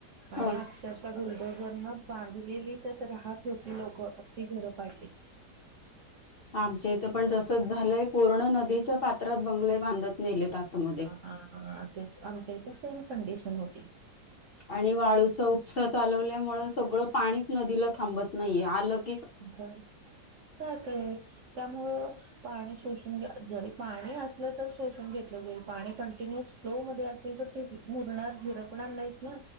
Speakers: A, on the right (about 55°); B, on the left (about 45°).
A: आणि
B: ह
A: चरचा ुलडो जर न बांधलेली तर राहत होती लोकं अशी घरं पाडली
B: आमच्या इथं पण जसच झालंय पूर्ण नदीच्या पात्रात बंगले बांधत नेलेत आतमध्येध्ये
A: ह तेच आमच्या इथे सेम कंडिशन होतीलल
B: आणि वाळूचा उपसा चालवल्यामुळे सगळं पाणीच नदीला थांबत नाहीये आलग
A: सात आहे त्यामुळं पाणी शोषून घ जरी पाणी असलं तर शोषून घेतलं जरी पाणी कंटिन्युअस स्लो मध्ये असेल तर ते मुरणार झिरं पण आण नाहीच ना